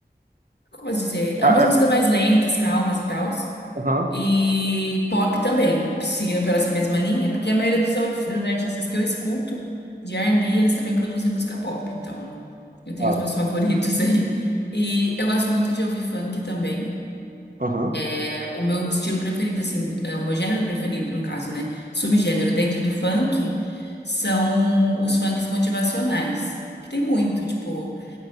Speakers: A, on the left; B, on the right.
A: Como eu posso dizer? É
B: Ah,
A: umas
B: ah,
A: músicas mais lentas, calmas e tal.
B: Aham,
A: E pop também, seguindo pela essa mesma linha, porque a maioria dos, aut- dos artistas que eu escuto de R&B, eles também produzem música pop. Então, eu tenho
B: claro.
A: os meus favoritos <laughs> aí. E eu gosto muito de ouvir funk também.
B: Aham.
A: É, O meu estilo preferido, assim, é o meu gênero preferido, no caso, né? Subgênero dentro do funk são os funks motivacionais, que tem muito, tipo.